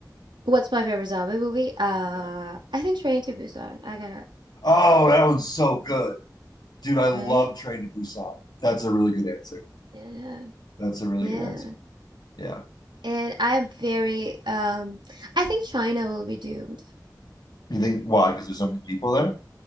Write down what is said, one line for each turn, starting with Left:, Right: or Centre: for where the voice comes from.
Right: what's my favorite zombie movie? Uh,
Left: Yeah.
Right: I think Train to Busan. I gotta
Left: Oh, that one's so good. Dude, I love
Right: right?
Left: Train to Busan. That's a really good answer.
Right: Yeah,
Left: That's a really
Right: yeah.
Left: good answer. Yeah.
Right: And I'm very um. I think China will be doomed.
Left: You think why? Because there's so many people there?